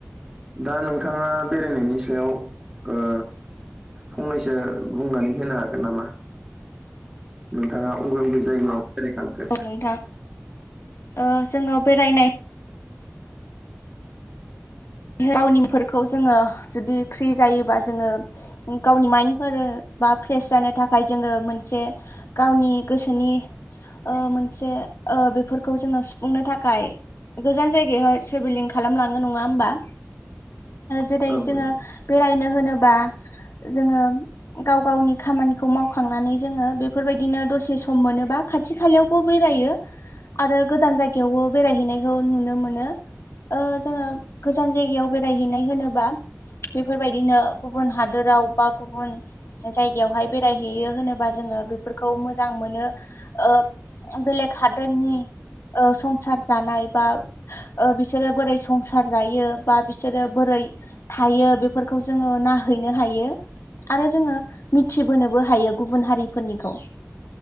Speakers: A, on the right (about 15°); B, on the left (about 65°).
A: दा नोंथाङा बेरायनायनि सायाव ओ फंनैसो बुंनानै होनो हागोन नामा? नोंथाङा अबे अबे जायगायाव बेरायखांखो
B: औ नोंथां ओ जोङो बेरायनाय <unintelligible> फोरखौ जोङो जुदि फ्रि जायोबा जोङो गावनि माइन्दफोर बा फ्रेस जानो थाखाय जोङो मोनसे गावनि गोसोनि ओ मोनसे बेफोरखौ जोङो सुफुंनो थाखाय गोजान जायगायावहाय ट्रेभेलिं खालामलांङो नङा होमबा जेरै
A: औ नोंथां
B: जोङो बेरायनो होनोबा जोङो गाव गावनि खामानिखौ मावखांनानै जोङो बेफोरबायदिनो दसे सम मोनोबा खाथि खालायावबो बेरायो आरो गोजान जायगायावबो बेरायहैनायखौ नुनो मोनो ओ जोङो गोजान जायगायाव बेरायहैनाय होनोबा बेफोरबायदिनो गुबुन हादोराव बा गुबुन जायगायावहाय बेरायहैयो होनोबा जोङो बेफोरखौ मोजां मोनो ओ बेलेग हादोरनि ओ संसार जानाय बा बिसोरो बोरै संसार जायो बा बिसोरो बोरै थायो बेफोरखौ जोङो नाहैनो हायो आरो जोङो मिथिबोनोबो हायो गुबुन हारिफोरनिखौ